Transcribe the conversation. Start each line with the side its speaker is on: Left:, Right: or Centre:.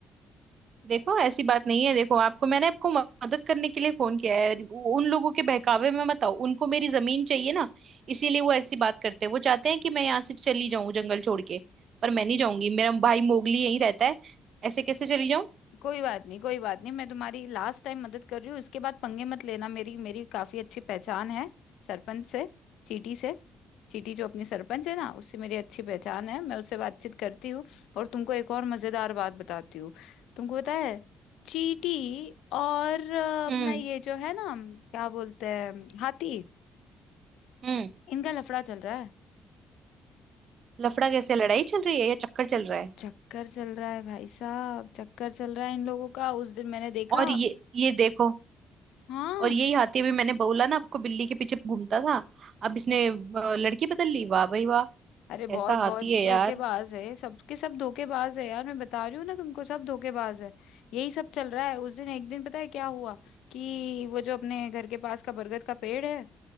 Right: देखो ऐसी बात नहीं है देखो आपको मैंने आपको मदद करने के लिए फोन किया है उन लोगों के बहकावे में मत आओ उनको मेरी जमीन चाहिए ना इसीलिए वो ऐसी बात करते हैं वो चाहते हैं कि मैं यहाँ से चली जाऊं जंगल छोड़ के पर मैं नहीं जाऊंगी मेरा भाई मोगली यहीं रहता है ऐसे कैसे चली जाऊं
Left: कोई बात नहीं कोई बात नहीं मैं तुम्हारी लास्ट टाइम मदद कर रही हूँ इसके बाद पंगे मत लेना मेरी मेरी काफी अच्छी पहचान है सरपंच से चीटी से चीटी जो अपनी सरपंच है ना उससे मेरी अच्छी पहचान है मैं उससे बातचीत करती हूँ और तुमको एक और मजेदार बात बताती हूँ तुमको पता है चीटी और अ, अपना
Right: हम्म
Left: ये जो है ना क्या बोलते हैं हाथी
Right: हम्म
Left: इनका लफड़ा चल रहा है
Right: लफड़ा कैसे लड़ाई चल रही है या चक्कर चल रहा है
Left: चक्कर चल रहा है भाई साहब चक्कर चल रहा है इन लोगों का उस दिन मैंने देखा
Right: और ये ये देखो
Left: हाँ
Right: और यही हाथी अभी मैंने बोला ना आपको बिल्ली के पीछे घूमता था अब इसने अ, लड़की बदल ली वाह भाई वाह कैसा
Left: अरे बहुत बहुत
Right: हाथी है
Left: धोखेबाज
Right: यार
Left: है सबके सब धोखेबाज है यार मैं बता रही हूँ ना तुमको सब धोखेबाज है यही सब चल रहा है उस दिन एक दिन पता है क्या हुआ कि वो जो अपने घर के पास का बरगद का पेड़ है